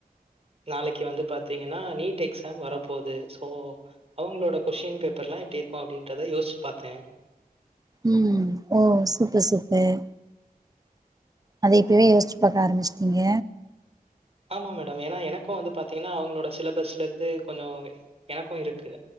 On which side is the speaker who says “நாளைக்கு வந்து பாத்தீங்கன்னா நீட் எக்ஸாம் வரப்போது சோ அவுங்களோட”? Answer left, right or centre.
Right